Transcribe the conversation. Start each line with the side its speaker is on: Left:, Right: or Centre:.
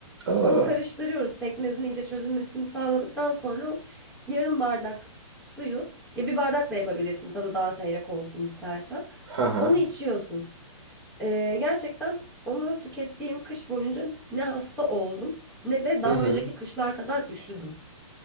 Right: Aa.
Centre: Onu karıştırıyoruz. Pekmezin iyice çözülmesini sağladıktan sonra yarım bardak suyu ya bir bardak da yapabilirsin tadı daha seyrek olsun istersen.
Right: Haha.
Centre: Onu içiyorsun. Ee, gerçekten onu tükettiğim kış boyunca ne hasta oldum ne de daha
Right: Hı hı.
Centre: önceki kışlar kadar üşüdüm.